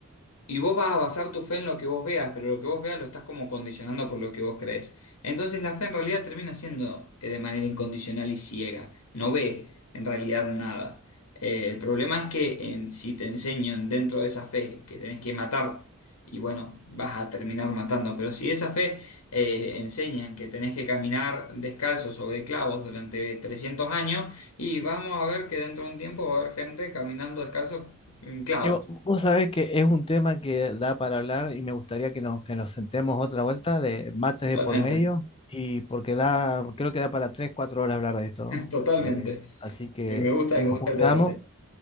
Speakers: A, on the left; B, on the left.
A: y vos vas a basar tu fe en lo que vos veas, pero lo que vos veas lo estás como condicionando por lo que vos crees. Entonces la fe en realidad termina siendo eh, de manera incondicional y ciega. No ve en realidad nada. Eh, el problema es que en- si te enseño dentro de esa fe que tenés que matar, y bueno, vas a terminar matando. Pero si esa fe eh, enseñan que tenés que caminar descalzo sobre clavos durante 300 años, y vamos a ver que dentro de un tiempo va a haber gente caminando descalzo en clavos,
B: Y vo- vos, sabés que es un tema que da para hablar y me gustaría que nos, que nos sentemos otra vuelta de mates
A: totalmente.
B: de por medio y porque da, creo que da para tres, cuatro horas hablar de esto.
A: Totalmente.
B: Eh, así que
A: Y me gusta
B: nos
A: y me gusta
B: juntamos,
A: el debate.